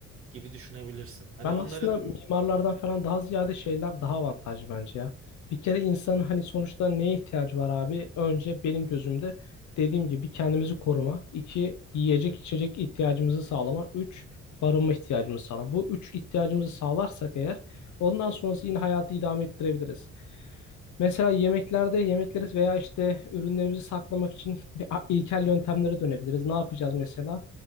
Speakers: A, on the right; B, on the left.
A: gibi düşünebilirsin. Hani
B: Ben
A: onların
B: aslında mimarlardan falan daha ziyade şeyler daha avantajlı bence ya. Bir kere insanın hani sonuçta neye ihtiyacı var abi? Önce benim gözümde dediğim gibi kendimizi koruma. İki, yiyecek içecek ihtiyacımızı sağlama. Üç, barınma ihtiyacımızı sağlama. Bu üç ihtiyacımızı sağlarsak eğer ondan sonrası yine hayatı idame ettirebiliriz. Mesela yemeklerde yemekleri veya işte ürünlerimizi saklamak için <laughs> bir- a- ilkel yöntemlere dönebiliriz. Ne yapacağız mesela?